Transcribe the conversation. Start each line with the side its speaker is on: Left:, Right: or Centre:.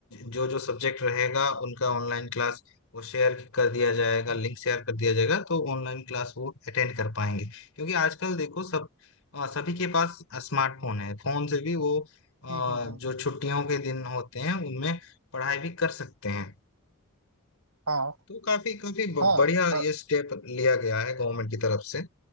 Left: जो जो सब्जेक्ट रहेगा उनका ऑनलाइन क्लास वो शेयर कर दिया जाएगा
Right: हम्म
Left: लिंक शेयर कर दिया जाएगा तो ऑनलाइन क्लास वो अटेंड कर पाएंगे क्योंकि आजकल देखो सब अ, सभी के पास स्मार्टफोन है फोन से भी वो अ,
Right: हम्म हम्म हम्म,
Left: जो छुट्टियों के दिन होते हैं उनमें पढ़ाई भी कर सकते हैं
Right: हाँ
Left: तो काफी काफी ब-
Right: हाँ
Left: बढ़िया
Right: अ,
Left: ये स्टेप लिया गया है गवर्नमेंट की तरफ से